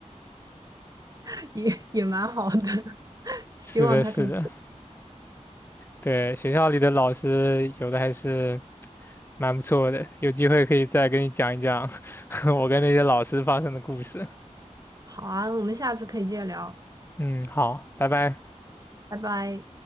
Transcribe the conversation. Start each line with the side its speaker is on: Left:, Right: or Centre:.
Right: <laughs> 也也蛮好的，<laughs>
Left: <laughs>
Right: 希望他可以。
Left: 是的，是的，对，学校里的老师有的还是蛮不错的，有机会可以再跟你讲一讲 <laughs> 我跟那些老师发生的故事。
Right: 好啊，我们下次可以接着聊，
Left: 嗯，好，拜拜。
Right: 拜拜。